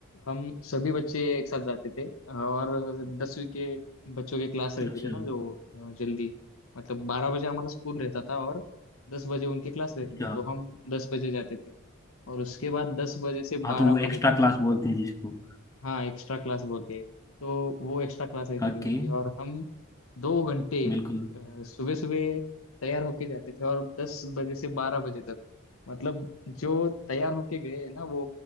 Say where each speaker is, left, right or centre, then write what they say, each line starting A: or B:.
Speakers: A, on the left; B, on the left.
A: हम सभी बच्चे एक साथ जाते थे और दसवीं के बच्चों के क्लास रहते
B: अच्छा
A: थे ना जो अ, जल्दी मतलब बारह बजे हमारा स्कूल रहता था और दस बजे उनके क्लास रहते
B: अच्छा
A: थे तो हम दस बजे जाते थे और उसके बाद दस बजे से
B: हाँ
A: बारह
B: तो वो
A: बजे
B: एक्स्ट्रा
A: तक
B: क्लास बोलते हैं जिसको
A: हाँ एक्स्ट्रा क्लास बोलते हैं तो वो एक्स्ट्रा क्लास रहती
B: ओके
A: थी उनकी और हम दो घंटे
B: बिल्कुल
A: सुबह सुबह तैयार होके जाते थे और दस बजे से बारह बजे तक मतलब जो तैयार होके गए हैं ना वो